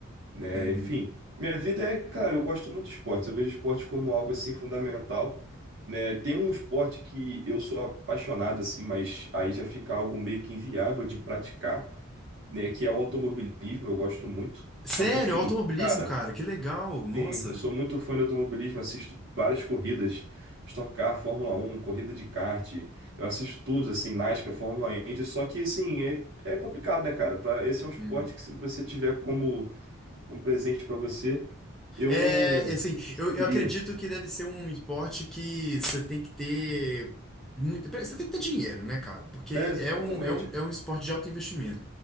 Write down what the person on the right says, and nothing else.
né?
Enfim, minha vida é, cara, eu gosto muito de esporte. Eu vejo esporte como algo assim fundamental, né? Tem um esporte que eu sou apaixonado assim, mas aí já fica algo meio que inviável de praticar, né? Que é o automobilismo. Eu gosto muito. Só
que, enfim,
cara,
sim, eu sou muito fã de automobilismo. Assisto várias corridas. Stock Car, Fórmula Um corrida de kart, eu assisto tudo, assim, NASCAR, Fórmula Indy, só que, assim, é, é complicado, né, cara? Pra, esse é um esporte
que se você tiver como um presente para você, eu
não,
não conseguiria.
É, exatamente.